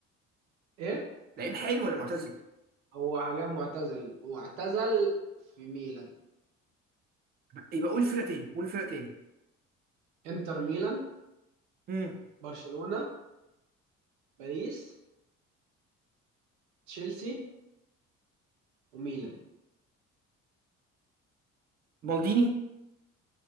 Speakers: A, on the right; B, on the right.
A: ايه
B: لعيب حالي ولا معتزل؟
A: هو حاليا معتزل معتزل في ميلان
B: يبقى قول فرقة تاني قول فرقة تاني
A: انتر ميلان
B: امم
A: برشلونة باريس تشيلسي وميلان
B: مالديني